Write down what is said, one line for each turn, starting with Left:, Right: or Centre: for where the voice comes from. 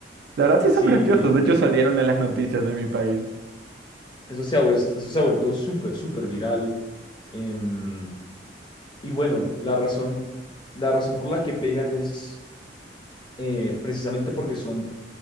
Right: La verdad sí
Left: Sí,
Right: son graciosos. De hecho salieron en las noticias de mi país.
Left: eso se ha, vues- eso se ha vuelto súper, súper viral. em, y bueno, la razón, la razón por la que pegan es eh, precisamente porque son,